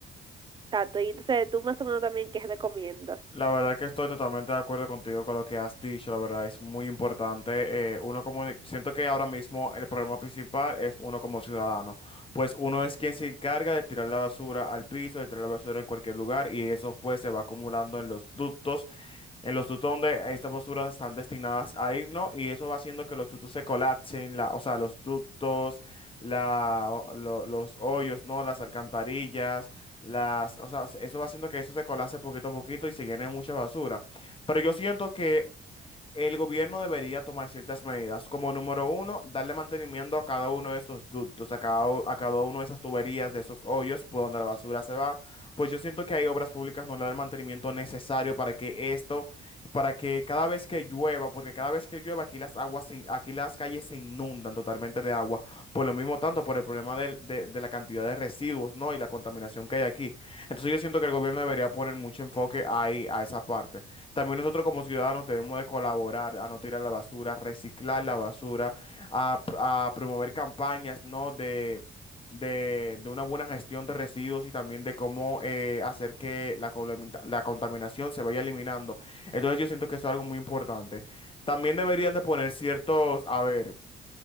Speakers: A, on the right; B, on the left.
A: Tato, y entonces tú más o menos también qué recomiendas.
B: La verdad que estoy totalmente de acuerdo contigo con lo que has dicho, la verdad es muy importante. eh, uno como, siento que ahora mismo el problema principal es uno como ciudadano, pues uno es quien se encarga de tirar la basura al piso, de tirar la basura en cualquier lugar y eso pues se va acumulando en los ductos en los tutos donde estas posturas están destinadas a ir, ¿no? Y eso va haciendo que los tutos se colapsen, la, o sea, los ductos, la, o- lo- los hoyos, ¿no? Las alcantarillas, las, o sea, eso va haciendo que eso se colapse poquito a poquito y se llene de mucha basura. Pero yo siento que el gobierno debería tomar ciertas medidas, como número uno, darle mantenimiento a cada uno de esos ductos, a cada, u- a cada uno de esas tuberías, de esos hoyos por donde la basura se va. Pues yo siento que hay obras públicas no le dan el mantenimiento necesario para que esto, para que cada vez que llueva, porque cada vez que llueva aquí las aguas, se in- aquí las calles se inundan totalmente de agua, por lo mismo tanto, por el problema del- de, de la cantidad de residuos, ¿no? Y la contaminación que hay aquí. Entonces yo siento que el gobierno debería poner mucho enfoque ahí, a esa parte. También nosotros como ciudadanos debemos de colaborar a no tirar la basura, reciclar la basura, a, pr- a promover campañas, ¿no? de, de, de una buena gestión de residuos y también de cómo eh, hacer que la, colamita- la contaminación se vaya eliminando. Entonces yo siento que eso es algo muy importante. También deberían de poner ciertos, a ver,